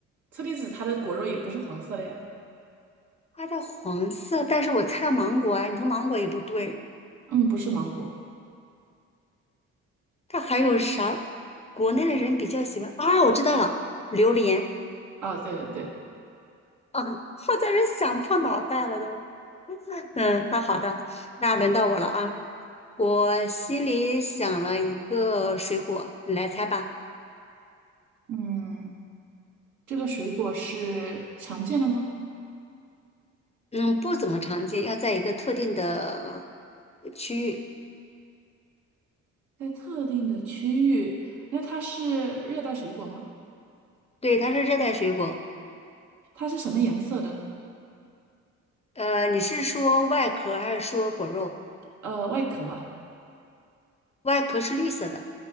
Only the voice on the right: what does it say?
车厘子它的果肉也不是黄色的呀。
嗯，不是芒果
啊，对的对的
嗯，这个水果是常见的吗？
在特定的区域，那它是热带水果吗？
它是什么颜色的呢？
呃，外壳吧，